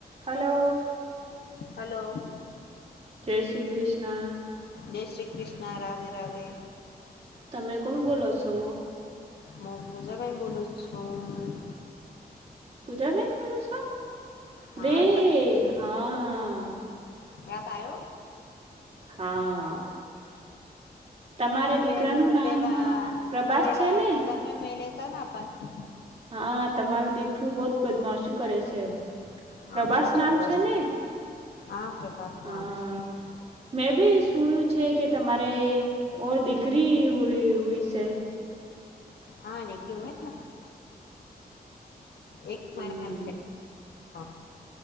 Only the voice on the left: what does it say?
hello
જય શ્રી કૃષ્ણ રાધે રાધે.
હું પૂજાબેન બોલુ છું.
હા
યાત આયો
<unintelligible>
પેલા
પેલા
લગન મે <unintelligible>
હા
બહુ
જબરોસ્ત
હા પ્રભાસ
નામ છે
હા <unintelligible> એક
મહિના <unintelligible>